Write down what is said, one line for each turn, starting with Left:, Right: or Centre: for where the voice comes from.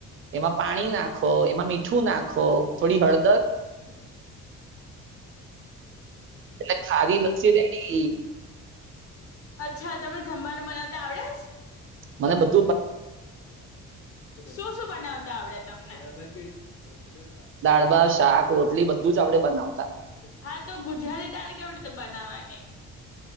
Right: એમાં પાણી નાખો એમાં મીઠું નાખો થોડી હળ
Left: <inaudible>
Right: એટલે ખારી લસ્સી રેડી
Left: અચ્છા તમે જમવાનું મનાવ તા આવડે જ
Right: મને બધ
Left: શું શું બનાવતા આવડે તમને
Right: દાળભાત, શાક, રોટલી, બધું જ આવડે બનાવતા
Left: હા તો ગુજરાતી દાળ કેવી રીતે બનાવાની